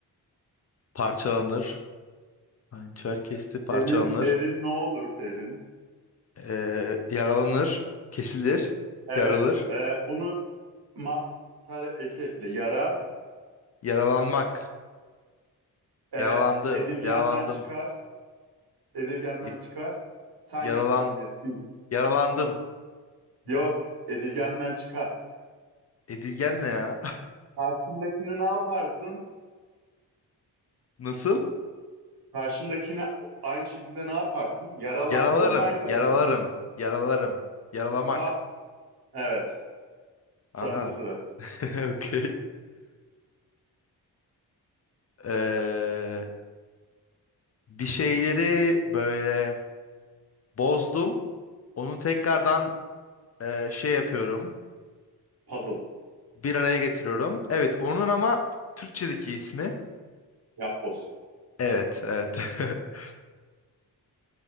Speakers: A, on the left (about 40°); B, on the right (about 65°).
A: Parçalanır. Hançer kesti parçalanır.
B: Senin derin ne olur derin?
A: Ee, yaralanır, kesilir,
B: Evet.
A: yarılır,
B: e, bunu master eki ekle. Yara
A: yaralanmak,
B: e,
A: yaralandı,
B: edilgenden
A: yaralandım,
B: çıkar. Edilgenden
A: ed-
B: çıkar. Sen
A: yaralan,
B: yapıyorsun etki.
A: yaralandım.
B: Yok. Edilgenden çıkar.
A: Edilgen ne ya?
B: Karşındakini ne yaparsın?
A: <laughs> Nasıl?
B: Karşındakini aynı şekilde ne yaparsın? Yaralandım
A: Yaralarım,
B: ben yaralandım.
A: yaralarım, yaralarım, yaralamak.
B: Tamam. Evet. Sende
A: Aha,
B: sıra.
A: <laughs> okey. Ee, bir şeyleri böyle bozdum, onu tekrardan e, şey yapıyorum,
B: Puzzle.
A: bir araya getiriyorum. Evet, onun ama Türkçedeki ismi.
B: Yapboz.
A: Evet, evet. <laughs>